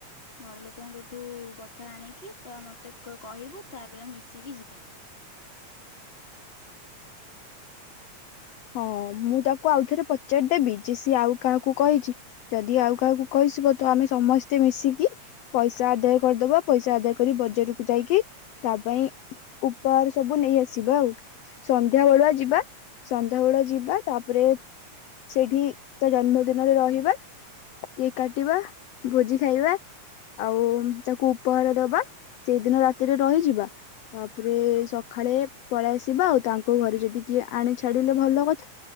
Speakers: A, on the left; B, on the left.
A: ଘର ଲୋକଙ୍କଠୁ କ ଥା ଆଣିକି ତ ମୋତେ ତୁ କହିବୁ। ତାପରେ ଆମେ ମିଶିକି ଯିବା।
B: ହଁ ମୁଁ ତାକୁ ଆଉଥରେ ପଚାରିଦେବି ଯେ ସିଏ ଆଉ କାହାକୁ କହିଛି ଯଦି ଆଉ କାହାକୁ କହିଥିବ ତ ଆମେ ସମସ୍ତେ ମିଶିକି ପଇସା ଆଦାୟ କରିଦବା ପଇସା ଆଦାୟ କରି ବଜାରକୁ ଯାଇକି ତା ପାଇଁ ଉପହାର ସବୁ ନେଇଆସିବା ଆଉ ସନ୍ଧ୍ୟା ବେଳୁଆ ଯିବା। ସନ୍ଧ୍ୟା ବେଳୁଆ ଯିବା ତାପରେ ସେଠି ତା ଜନ୍ମଦିନରେ ରହିବା କେକ୍ କାଟିବା ଭୋଜି ଖାଇବା ଆଉ ତାକୁ ଉପହାର ଦବା ସେଇଦିନ ରାତିରେ ରହିଯିବା ତାପରେ ସଖାଳେ ପଳେଇ ଆସିବା ଆଉ ତାଙ୍କ ଘରେ ଯଦି କିଏ ଆଣି ଛାଡିଲେ ଭଲ କଥା